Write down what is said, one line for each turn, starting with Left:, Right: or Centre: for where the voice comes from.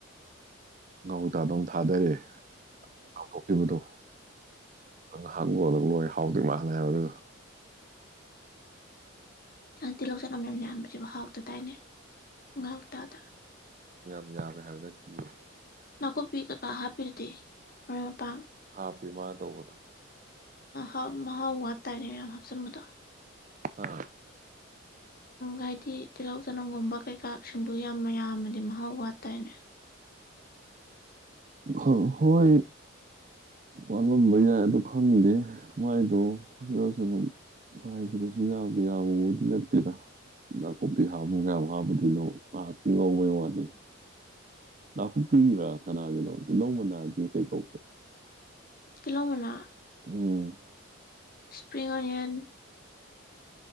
Right: ꯉꯧꯇꯥꯗꯧ ꯊꯥꯗꯔꯦ ꯉꯥꯎꯊꯣꯛꯈꯤꯕꯗꯣ ꯉ ꯉꯥꯏꯍꯥꯛ ꯂꯣꯜꯂ ꯂꯣꯏ ꯍꯥꯎꯗꯣꯏ ꯃꯥꯜꯂꯦ ꯍꯥꯏꯕꯗꯨ
Left: ꯇꯤꯜꯍꯧ ꯆꯠꯅꯝ ꯃꯌꯥꯝ ꯌꯥꯟꯕꯁꯤꯕꯨ ꯍꯥꯎꯇꯗꯥꯏꯅꯦ ꯉꯥꯎꯇꯥꯗ
Right: ꯄꯥ ꯍꯥꯏꯕꯗ ꯊꯦ
Left: ꯅꯥꯀꯨꯞ ꯄꯤ ꯀꯀꯥ ꯍꯥꯄꯤꯔꯗꯤ ꯃ ꯃꯄꯥꯡ
Right: ꯍꯥꯞꯄꯦ ꯃꯥꯅ ꯇꯧꯕꯗꯣ
Left: ꯑ ꯃꯍꯥꯎ ꯋꯥꯇꯥꯥꯏꯅꯦ ꯃꯌꯥꯝ ꯍꯥꯞꯆꯤꯟꯕꯗꯣ
Right: ꯍ
Left: ꯍꯥꯏꯗꯤ ꯇꯤꯜꯍꯧ ꯆꯅꯝꯒꯨꯝꯕ ꯀꯩꯀꯥꯁꯤꯡꯗꯨ ꯌꯥꯝꯅ ꯌꯥꯝꯅꯗꯤ ꯃꯍꯥꯎ ꯋꯥꯠ ꯇꯥꯏꯅꯦ
Right: ꯍ ꯍꯣꯏ ꯋꯥꯠꯂꯝꯕ ꯌꯥꯏ ꯑꯗꯨ ꯈꯪꯗꯦ ꯃꯥꯏꯗꯣ ꯍꯧꯔꯁꯨ ꯑꯗꯨꯝ ꯍꯥꯏꯁꯦ ꯀꯩꯁꯨ ꯌꯥꯝꯕ ꯌꯥꯝꯕꯨꯗꯤ ꯅꯠꯇꯦꯗ ꯀꯣꯄꯤ ꯍꯥꯨꯡꯒ ꯌꯥꯝ ꯍꯥꯕꯗꯤꯅꯣ ꯑ ꯉꯕ ꯋꯥꯅꯤ ꯂꯥꯛꯍꯨꯞ ꯀꯔꯤꯔꯥ ꯀꯅꯥꯒꯤꯅꯣ ꯇꯤꯜꯍꯧ ꯃꯅꯥꯁꯤ ꯀꯩ ꯀꯧꯒꯦ
Left: ꯀꯤꯂꯣꯃꯤꯅꯥ
Right: ꯎ
Left: ꯏꯁꯄ꯭ꯔꯤꯡ ꯑꯣꯅꯤꯌꯟ